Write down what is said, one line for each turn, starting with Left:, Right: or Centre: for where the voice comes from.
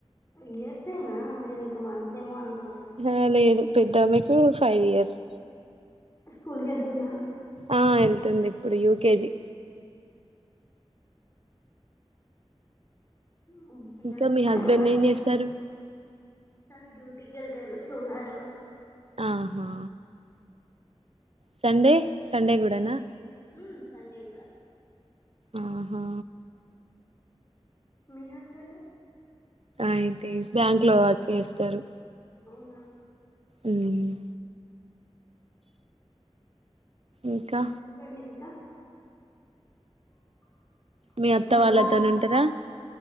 Left: ఇయర్సేనా నేను ఇక మంత్స్ ఏమో అనుకున్నా
Right: హా లేదు పెద్దామెకు ఫైవ్ ఇయర్స్
Left: స్కూల్కెళ్తున్నా
Right: ఆ ఎళ్తుంది ఇప్పుడు యూ కే జీ
Left: <unintelligible>
Right: ఇంకా మీ హస్బెండ్ ఏం చేస్తారు
Left: తను డ్యూటీకెళ్తారు సోలార్ లో
Right: ఆహా సండే సండే కూడా నా
Left: ఉమ్ సండే కూడా
Right: ఆహా
Left: మీ హస్బెండు
Right: ఐ టీ బ్యాంక్ లో వర్క్ చేస్తారు
Left: అవునా
Right: ఉమ్మ్ ఇంకా
Left: చెప్పండి ఇంకా
Right: మీ అత్త
Left: మా
Right: వాళ్ళతోనే
Left: చెల్లి
Right: ఉంటరా